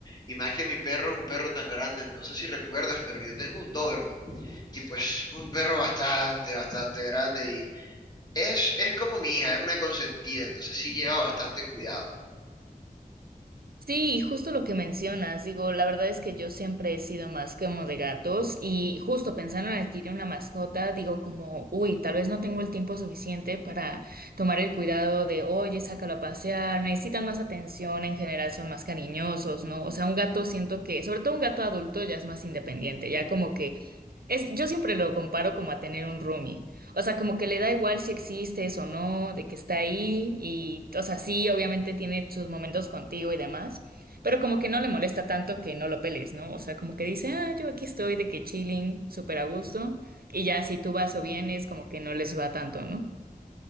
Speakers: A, on the left (about 25°); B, on the right (about 80°).
A: Y más que mi perro es un perro tan grande, no sé si recuerdas, pero yo tengo un Doberman. Y pues un perro bastante, bastante grande. Y es, es como mi hija, es una consentida, entonces sí lleva bastante cuidado.
B: Sí, justo lo que mencionas, digo, la verdad es que yo siempre he sido más como de gatos y justo pensando en adquirir una mascota, digo como, uy, tal vez no tengo el tiempo suficiente para tomar el cuidado de, oye, sácalo a pasear, necesitan más atención, en general son más cariñosos, ¿no? O sea, un gato siento que, sobre todo un gato adulto ya es más independiente, ya como que es, yo siempre lo comparo como a tener un roomie. O sea, como que le da igual si existes o no, de que está ahí y, o sea, sí, obviamente tiene sus momentos contigo y demás, pero como que no le molesta tanto que no lo peles, ¿no? O sea, como que dice, ah, yo aquí estoy de que chilling, súper a gusto, y ya si tú vas o vienes, como que no les va tanto, ¿no?